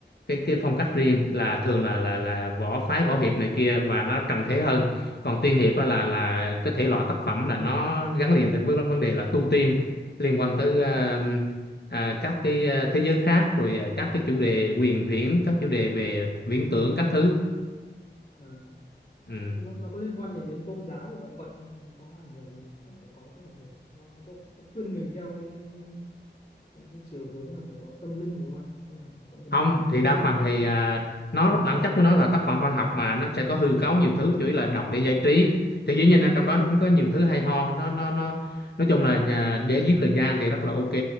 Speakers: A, on the left; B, on the left.
A: cái cái phong cách riêng là thường là là là võ phái võ hiệp này kia và nó trần thế hơn còn tiên hiệp á là là cái thể loại tác phẩm là nó gắn liền tới với vấn đề là tu tiên liên quan tới à,
B: à,
A: à, các cái à, thế giới khác rồi à, các cái chủ đề huyền huyễn các chủ đề về viễn tưởng các thứ
B: à,
A: ừ.
B: nó nó có liên quan gì đến tôn giáo thì đạo Phật hay là nó có ảnh hưởng gì chắc phải có cái ảnh hưởng nó nó có, có khuyên mình theo cái cái cái cái chiều hướng là phải có tâm linh gì không anh tức là phải có niềm
A: không
B: tin đức
A: thì đa
B: tin
A: phần
B: thì
A: thì à, nó bản chất của nó là tác phẩm văn học mà nó sẽ có hư cấu nhiều thứ
B: à,
A: chủ yếu là đọc để giải trí thì dĩ nhiên là trong đó nó cũng
B: à,
A: có nhiều thứ hay ho nó nó nó nói chung là à, để giết thời gian thì rất là ok